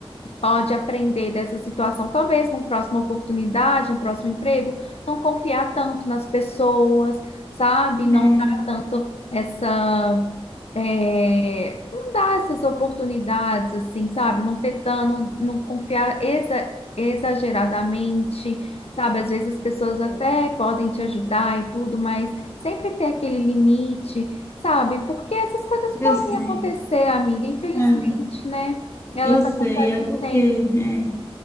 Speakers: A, on the left; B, on the left.
A: pode aprender dessa situação. Talvez numa próxima oportunidade, um próximo emprego, não confiar tanto nas pessoas, sabe? Não
B: É,
A: dar tanto essa. é, não dar essas oportunidades, assim, sabe? Não ter tan- não, não confiar exa- exageradamente, sabe? Às vezes as pessoas até
B: eu,
A: podem te ajudar e tudo, mas sempre ter aquele limite, sabe? Porque essas coisas
B: eu
A: podem
B: sei,
A: acontecer, amiga, infelizmente,
B: é,
A: né? Elas
B: eu sei,
A: acontecem
B: é porque
A: sempre.
B: é.